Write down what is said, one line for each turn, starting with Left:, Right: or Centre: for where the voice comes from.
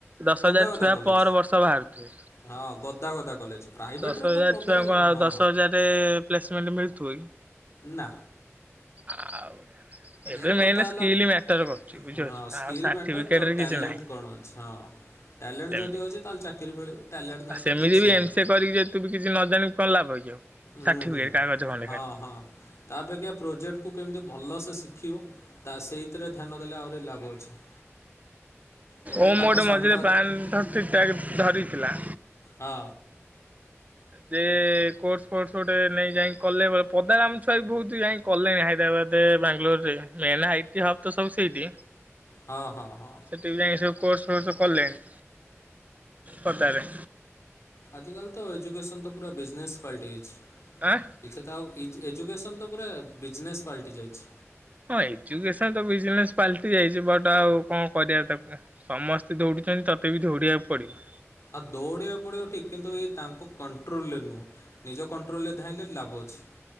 Right: ଦଶ
Left: ଗଦାଗଦା
Right: ହଜାର ଛୁଆ
Left: କଲେଜ।
Right: ପର ବର୍ଷ ବାହାରୁଥିବେ।
Left: ହଁ ଗଦାଗଦା କଲେଜ ପ୍ରାଇଭେଟରେ
Right: ଦଶ ହଜାର
Left: ତ ପ୍ରବଳ
Right: ଛୁଆଙ୍କୁ ଆଉ
Left: ହଁ
Right: ଦଶ ହଜାରରେ ପ୍ଲେସମେଣ୍ଟ ମିଳୁଥିବ କି।
Left: ନା।
Right: ଆଉ। ଏବେ
Left: ମେନ୍ କଥା ହେଲା
Right: ସ୍କିଲ୍
Left: ହଁ
Right: ମ୍ୟାଟର କରୁଛି ବୁଝିପାରୁଛୁ
Left: ସ୍କିଲ୍
Right: ଆଉ ସାର୍ଟିଫିକେଟରେ
Left: ମ୍ୟାଟର୍ ତ ଟ୍ୟାଲେଣ୍ଟ
Right: କିଛି ନାହିଁ।
Left: କଣ ଅଛି ହଁ। ଟ୍ୟାଲେଣ୍ଟ
Right: ସେମିତି
Left: ଯଦି ଅଛି ତାହେଲେ ଚାକିରି ମିଳିବ ଟ୍ୟାଲେଣ୍ଟ ନାହିଁ
Right: ଆଉ ସେମିତି
Left: ତ କିଛି
Right: ବି
Left: ନାହିଁ।
Right: ଏମ୍ ସି ଏ କରିକି ଯଦି ତୁ ବି କିଛି ନ ଜାଣିବୁ କଣ ଲାଭ କି ଆଉ?
Left: ହୁଁ
Right: ସାର୍ଟିଫିକେଟ
Left: ହୁଁ
Right: କାଗଜ ଖଣ୍ଡେ
Left: ହଁ
Right: ଖାଲି
Left: ହଁ। ତା ଅପେକ୍ଷା ପ୍ରୋଜେକ୍ଟକୁ କେମିତି ଭଲ ସେ ଶିଖିବ ତା ସେଇ ଏଥିରେ ଧ୍ୟାନ ଦେଲେ ଆହୁରି ଲାଭ ଅଛି। ଯେମିତି
Right: ଓମ୍
Left: ତାଙ୍କ
Right: ଗୋଟେ
Left: ସାମ୍ନାରେ
Right: ମଝିରେ ପ୍ଲାନ୍
Left: ହଁ।
Right: ଠିକ ଟାକ୍ ଧରିଥିଲା।
Left: ହଁ।
Right: ଯେ କୋର୍ସ ଫୋର୍ସ ଗୋଟେ ନେଇ ଯାଇ କଲେ ବ ପଦାର ଆମ ଛୁଆ ବି ବହୁତ ଯାଇ କଲେଣି ହାଇଦ୍ରାବାଦରେ ବାଙ୍ଗାଲୋର ରେ ମେଲ ଆଇଟି ହବ ତ ସବୁ ସେଇଠି।
Left: ହଁ ହଁ ହଁ।
Right: ଟିଭି ଯାଇ ସବୁ କୋର୍ସ ଫୋର୍ସ କଲେଣି ପଦାରେ।
Left: ଆଜିକାଲି ତ ଏଜୁକେସନ୍ ତ ପୁରା ବିଜନେସ୍ ପାଲଟି ଯାଇଛି।
Right: ଆ।
Left: କିଛି ତ ଆଉ ଏଯୁ ଏଜୁକେସନ୍ ତ ପୁରା ବିଜନେସ୍ ପାଲଟି ଯାଇଛି।
Right: ହଁ ଏଜୁକେସନ ତ ବିଜନେସ ପାଲଟି ଯାଇଛି ବଟ ଆଉ କଣ କରିବା ତାକୁ। ସମସ୍ତେ ଦୌଡ଼ୁଛନ୍ତି ତୋତେ ବି ଦୌଡ଼ିବାକୁ ପଡ଼ିବ।
Left: ଆଉ ଦୌଡ଼ିବା ପଡିବ ଠିକ କିନ୍ତୁ ଏଇ ତାଙ୍କୁ କଣ୍ଟ୍ରୋଲରେ ନୁହେଁ। ନିଜ କଣ୍ଟ୍ରୋଲରେ ଧାଇଁଲେ ଲାଭ ଅଛି।